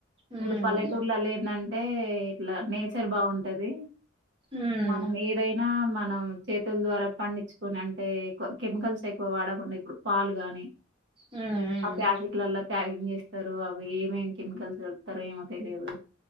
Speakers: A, on the right; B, on the right.
A: ఇప్పుడు
B: ఉమ్
A: పల్లెటూర్లల్లో ఏంది. ఏయ్ ఏయ్ ఇట్లా నేచర్ బాగుంటాది
B: ఉమ్
A: మనం ఏదైనా మనం. చేతులు ద్వారా పండించుకుని అంటే ఎక్కువ కెమికల్స్ ఎక్కువ వాడకుండా. ఇప్పుడు పాలు గాని.
B: హ్మ్. హ్మ్.
A: ఆ ప్యాకీట్లల్లో ప్యాకింగ్ చేస్త చేస్తారు అవి ఏమేం కెమికల్స్ కలుపుతారు ఏమో తెలీదు.